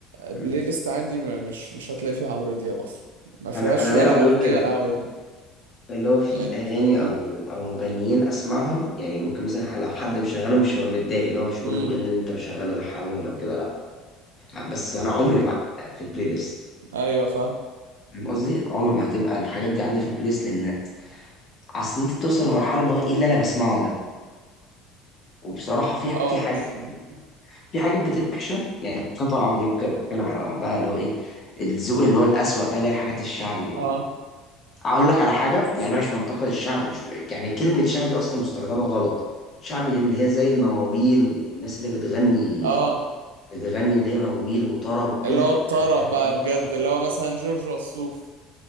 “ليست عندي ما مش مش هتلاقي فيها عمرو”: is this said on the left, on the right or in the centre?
Right